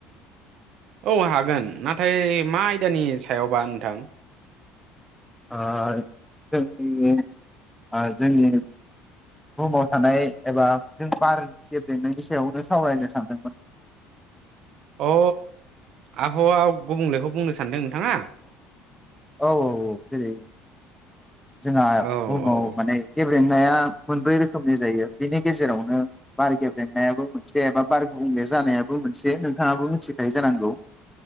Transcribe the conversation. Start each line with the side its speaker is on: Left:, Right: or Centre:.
Right: औ हागोन नाथाय मा आयदानि सायावबा नोंथां?
Centre: ओ जोंनि जोंनि बुहुमाव थानाय एबा जों बार गेबेंनायनि सायावनो सावरायनो सानदोंमोन।
Right: अ आबहावा गुबुंलेखौ बुंनो सानदों नोंथाङा?
Centre: औ औ जेरै जोंहा बुहुमाव
Right: औ औ
Centre: माने <unintelligible> मोनब्रै रोखोमनि जायो बेनि गेजेरावनो बार गेबेेंनायाबो मोनसे एबा बार गुबुंले जानायाबो मोनसे नोंथाङाबो मिथिखायो जानांगौ।